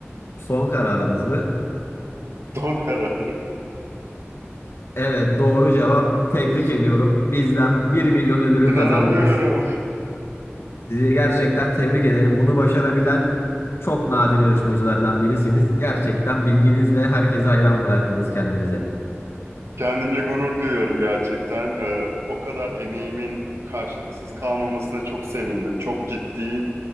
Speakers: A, on the left (about 65°); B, on the right (about 75°).
A: Son kararınız mı?
B: Son kararım. <laughs>
A: Evet, doğru cevap. Tebrik ediyorum. Bizden bir milyon ödülü
B: İnanamıyorum.
A: kazandınız. Sizi gerçekten tebrik ederim. Bunu başarabilen çok nadir yarışmacılardan birisiniz. Gerçekten bilginizle herkese hayran bıraktınız kendinize.
B: Kendimle gurur duyuyorum gerçekten. Ee, o kadar emeğimin karşılıksız kalmamasına çok sevindim. Çok ciddi